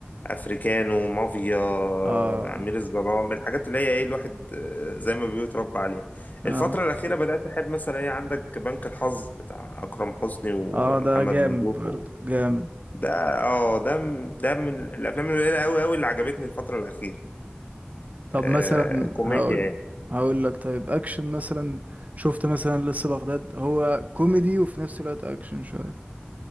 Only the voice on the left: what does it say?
افريكانو مافيا
امير الظلام الحاجات اللي هي ايه الواحد آه، زي ما بيقول اتربى عليها
الفتره الاخيره بدات احب مثلا ايه عندك بنك الحظ بتاع اكرم حسني ومحمد
ممدوح
و...
ده اه ده م- ده من الافلام القليله قوي قوي اللي عجبتني الفتره الاخيره
آه
كوميديا
يعني